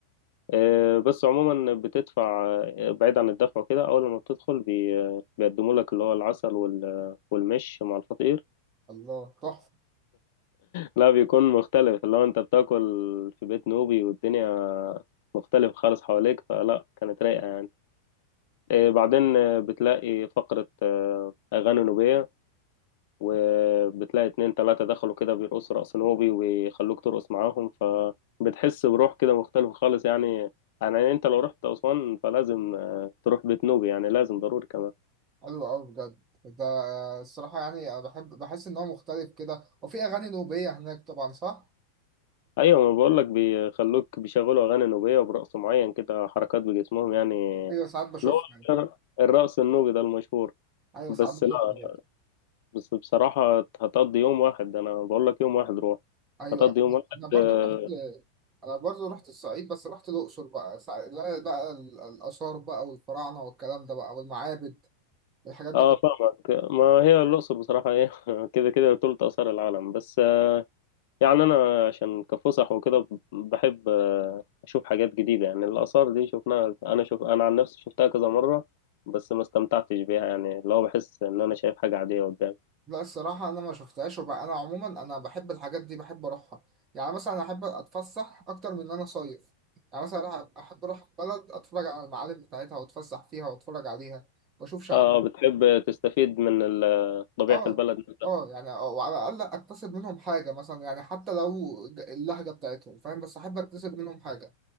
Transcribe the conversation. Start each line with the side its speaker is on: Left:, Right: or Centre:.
Left: آه، بس عموما بتدفع آه، بعيد عن الدفع وكده اول ما بتدخل بي آه، بيقدموا لك اللي هو العسل وال- والمش مع الفطير
Right: الله تحفة
Left: لا بيكون مختلف اللي هو انت بتاكل في بيت نوبي والدنيا مختلف خالص حواليك فلا كانت رايقة يعني آه، بعدين آه، بتلاقي فقرة آه، أغاني نوبية وبتلاقي اتنين تلاتة دخلوا كده بيرقصوا رقص نوبي ويخلوك ترقص معاهم فبتحس بروح كده مختلفة خالص يعني يعني انت لو رحت أسوان فلازم آه، تروح بيت نوبي يعني لازم ضروري كمان
Right: حلو قوي بجد ده الصراحة يعني انا بحب بحس ان هو مختلف كده وفي اغاني نوبية هناك طبعا صح؟
Left: أيوة ما بقولك بيخلوك بيشغلوا أغاني نوبية وبرقص معين كده حركات بجسمهم يعني
Right: ايوه ساعات بشوفها
Left: اللي هو
Right: يعني
Left: الرقص النوبي ده المشهور
Right: ايوه
Left: بس
Right: ساعات بشوفها
Left: لا
Right: برضه
Left: بس بصراحة هتقضي يوم واحد أنا بقولك يوم واحد روح
Right: ايوه
Left: هتقضي
Right: انا
Left: يوم واحد
Right: أنا برضه
Left: آه،
Right: رحت انا برضه رحت الصعيد بس رحت الاقصر بقى ساع- بقى بقى ال- الاثار بقى والفراعنة والكلام ده بقى والمعابد الحاجات دي
Left: اه فاهمك ما هي الأقصر بصراحة ايه <laughs> كده كده تلت آثار العالم بس آه، يعني أنا عشان كفسح وكده بحب آه، أشوف حاجات جديدة يعني الآثار دي شفناها أنا شوف أنا عن نفسي شفتها كذا مرة بس ما استمتعتش بيها يعني اللي هو بحس إن أنا شايف حاجة عادية قدامي
Right: لا الصراحة أنا ما شفتهاش وبقى أنا عموما أنا بحب الحاجات دي بحب أروحها يعني مثلا أحب أتفسح أكتر من إن أنا صيف يعني مثلا أروح- أحب أروح بلد أتفرج على المعالم بتاعتها وأتفسح فيها وأتفرج عليها وأشوف شعب
Left: اه بتحب تستفيد من ال- طبيعة
Right: آه
Left: البلد نفسها
Right: آه يعني آه، وعلى الأقل أكتسب منهم حاجة مثلا يعني حتى لو ج- اللهجة بتاعتهم فاهم بس أحب أكتسب منهم حاجة